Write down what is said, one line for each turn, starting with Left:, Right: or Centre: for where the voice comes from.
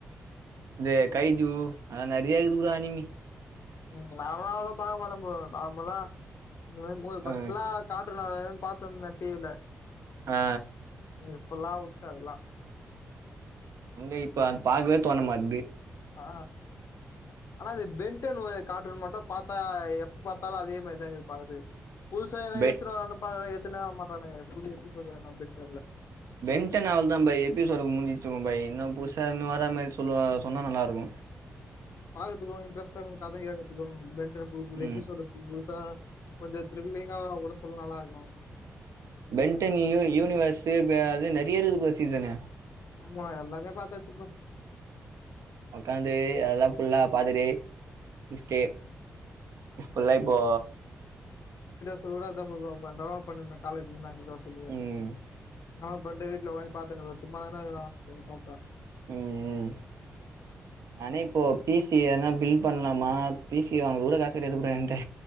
Right: இது கைது ஆ நரியாகுது ப்ரோ அனிமி
Left: ம் நாலாம் அவளாம் பாக்க மாட்டே ப்ரோ நார்மலா இந்த மாதிரி மூவி
Right: ஆ
Left: பர்ஸ்ட்லா காட்டூன் லா பாத்திருந்தே டிவில
Right: ஆ
Left: இப்பெல்லா உட்ட அதெல்லா
Right: எங்க இப்ப அ பாக்கவே தோணுமாட்டிது
Left: ஆ ஆனா அது பென்னடென் காட்டுன் மட்டும் பாத்தா எப்ப பாத்தாலு அதே மாதிரிதா இருக்கு பாக்ருதுக்கு புதுசா என
Right: பென்
Left: எத்தனுவர்னு பாக்குறே எத்துனே வரமாட்டானுங்க புது எபிசொட் பென்டென்ல
Right: பென்டன் அவ்ளதா பாய் எபிசோடு முடிஞ்சிச்சுருக்கும் பாய் இன்னு புதுசா இன்னு வரா மாரி சொல்லுவா சொன்னா நல்லா இருக்கு
Left: பாக்கத்துக்கோ இன்டரெஸ்ட்டா கதைகேக்கத்துகு பென்டென் புது புது எபிசோடு
Right: ம்
Left: புது புதுசா கொஞ்ச த்ரில்லிங்கா கூட சொல்ல நல்லா இருக்கு
Right: பென்டன் யு யூனிவர்ஸ்ஸு அது நறைய இருதுக்குற சீசனு
Left: ஆமா எல்லாமே பாத்தாச்சு ப்ரோ
Right: ஓக்காந்து அதெல்லா ஃபுல்லா பாத்துட்டு முச்சுட்டு ஃபுல்லா இப்போ
Left: இப்ப கூட அதா ப்ரோ பாக்க போற டவண்லோட் பண்ட்ருந்த காலேஜ் ல அங்கிருந்த
Right: ம்
Left: <unintelligible> பிரண்ட வீட்ல உக்காந்து பாத்துட்டு சும்மா தானே இருக்ரோ <unintelligible>
Right: ம் ம் நானே இப்போ பீசி எதுனா பில் பண்லாமா பி சி வாங்க கூட காசு கெடையாது ப்ரோ என்கிட்ட